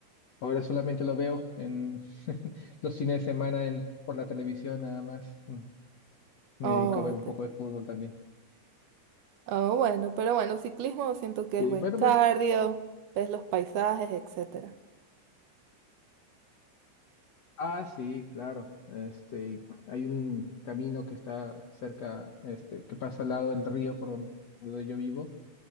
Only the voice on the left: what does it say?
ahora solamente lo veo en <laughs> los fines de semana en, por la televisión nada más. Mm, Me
dedico a ver un
poco de fútbol también.
Sí,
bueno,
bueno.
Ah, sí, claro. Este, y hay un camino que está cerca, este, que pasa al lado del río por donde yo vivo